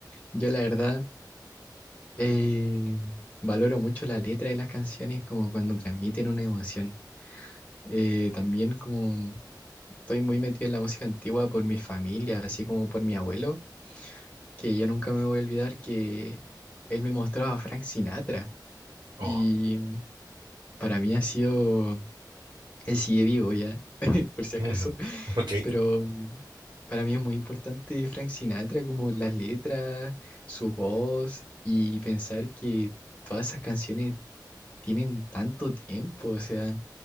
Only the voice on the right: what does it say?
Oh,
ujú,
ok.